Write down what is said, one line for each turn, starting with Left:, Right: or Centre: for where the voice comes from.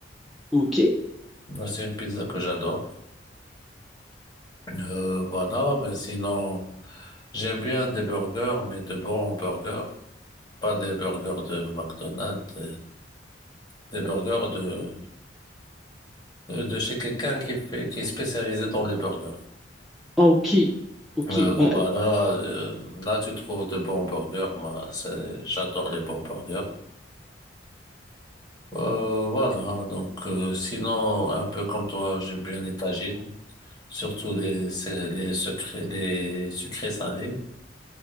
Centre: ok,
Left: Ben, C'est une pizza que j'adore. Euh, voilà, ben sinon, j'aime bien des burgers, mais de bons burgers. Pas des burgers de McDonald's, des des burgers de, euh, de chez quelqu'un qui fait, qui est spécialisé dans les burgers.
Centre: ah ok, ok,
Left: Euh,
Centre: bah,
Left: voilà, euh, là tu trouves de bons burgers. Moi, c'est- j'adore les bons burgers. Euh, voilà, donc euh, sinon, un peu comme toi, j'aime bien les tagines, surtout les, c'est- les, secrets, les sucrés salés,